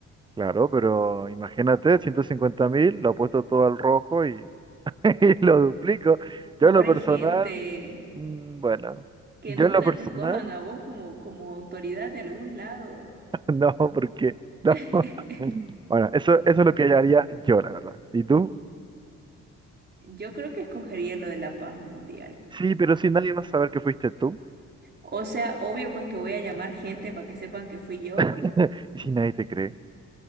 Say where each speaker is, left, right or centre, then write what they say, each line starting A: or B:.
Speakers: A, on the right (about 15°); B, on the right (about 35°).
A: claro, pero imagínate, ciento cincuenta mil, lo apuesto todo al rojo y, <laughs> y lo duplico.
B: Pobre
A: Yo en lo personal,
B: gente,
A: mm, bueno,
B: que
A: yo
B: nunca
A: en lo personal,
B: te escojan a vos como, como autoridad de algún lado.
A: <laughs> no, porque no.
B: <laughs>
A: <laughs> Bueno, eso, eso es lo que yo haría yo, la verdad. ¿Y tú?
B: Yo creo que escogería lo de la paz mundial.
A: Sí, pero si nadie va a saber que fuiste tú.
B: O sea, obvio pues que voy a llamar gente para que sepan que fui yo.
A: <laughs> Y si nadie te cree.